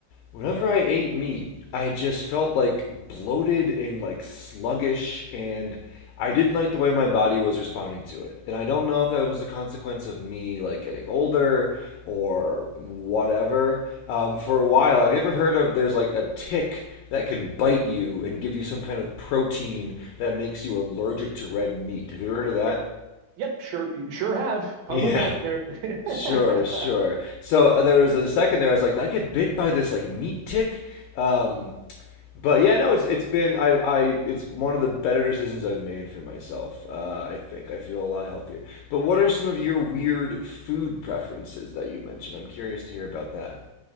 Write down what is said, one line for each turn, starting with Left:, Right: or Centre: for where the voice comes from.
Left: whenever I ate meat, I just felt like bloated and like sluggish and I didn't like the way my body was responding to it. And I don't know if that was a consequence of me like getting older or whatever. Um, for a while, have you ever heard of there's like a tick that can bite you and give you some kind of protein that makes you allergic to red meat? Have you ever heard of that?
Right: Yep, yep, sure, sure have
Left: Yeah.
Right: public health nerd.
Left: Sure, sure.
Right: <laughs>
Left: So uh, there was a second there. I was like, "Did I get bit by this like meat tick. Um, but yeah, no, it's it's been I I it's one of the better decisions I've made for myself. Uh, I think I feel a lot healthier. But what are some of your weird food preferences that you mentioned? I'm curious to hear about that.